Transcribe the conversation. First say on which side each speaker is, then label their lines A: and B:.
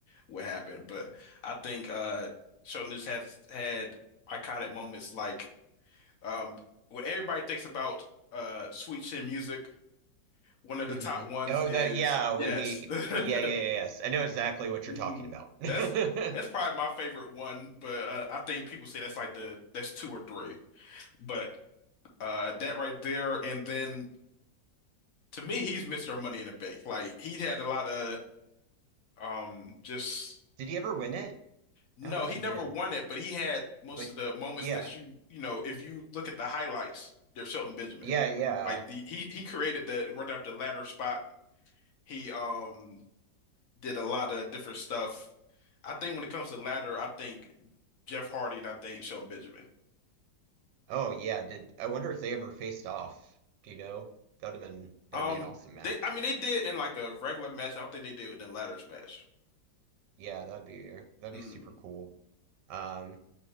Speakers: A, on the left; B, on the right.
A: what happened. But I think uh Shonen just has had iconic moments like um when everybody thinks about uh Sweet Chin Music, one of
B: hmm
A: the top ones
B: Oh,
A: is
B: that yeah. When
A: yes.
B: he
A: <laughs>
B: yeah yeah yeah yes, I know exactly what you're
A: Mm,
B: talking about. <laughs> Did
A: that's that's probably my favorite one, but uh, I think people say that's like the that's two or three. But Uh, that right there, and then to me, he's Mr. Money in the Bank. Like he had a lot of um, just
B: he ever win it?
A: no,
B: I don't think
A: he
B: he
A: never
B: did.
A: won it, but he had most
B: But
A: of the moments
B: yeah
A: that you you know, if you look at the highlights, they're Shelton Benjamin.
B: yeah yeah.
A: Like the he he created the run up the ladder spot. He um did a lot of different stuff. I think when it comes to ladder, I think Jeff Hardy and I think Shelton Benjamin.
B: Oh yeah. Did I wonder if they ever faced off? Do you know? That'd have been that'd
A: Um,
B: be an awesome match.
A: they I mean they did in like a regular match. I don't think they did in a ladder smash.
B: Yeah, that'd be that'd
A: Mm.
B: be super cool. Um,